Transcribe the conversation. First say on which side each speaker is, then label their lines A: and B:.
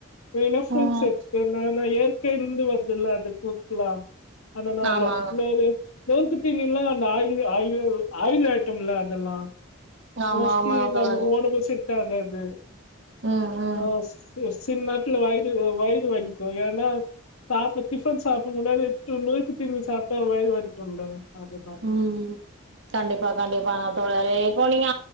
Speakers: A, on the left; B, on the right.
A: வேணா ஃப்ரூட்ஸ்
B: ம் ம்
A: எடுத்துக்க ந நா இயற்கைல்ல இருந்து வருதுல அது ஃப்ரூட்ஸ்லா அதனால
B: ஆமாங்க
A: வேற நொறுக்கு தீனி எல்லாம் அந்த ஆயில்ள் ஆயில் ஆயுல் ஐட்டம் இல்ல அதெல்லா
B: ஆமா
A: மோஸ்ட்லி
B: ஆமா
A: நமக்கு
B: தோழரே
A: ஒடம்பு செட் செட்காது
B: ம் ம்
A: ஆ சில நேரத்துல வயி த்து வயறு வலிக்கும் ஏன்னா சாப்ப டிஃபன் சாப்பிட முன்னாடி எட்டு நொறுக்கு தீணி சாப்பிட்ட வயறு வலிக்குல்ல அதனால
B: ம் கண்டிப்பா கண்டிப்பா தோழரே இப்போ நீங்க